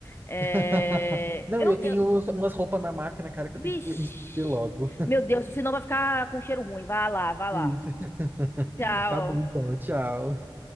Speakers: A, on the left; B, on the right.
A: É...
B: <laughs> Não,
A: Eu,
B: e eu tenho
A: eu...
B: umas roupas na máquina, cara,
A: Vixe!
B: que eu tenho que <laughs> ver logo.
A: Meu Deus, senão vai ficar com cheiro ruim. Vá lá, vá lá.
B: Isso. <laughs>
A: Tchau.
B: Tá bom, então. Tchau.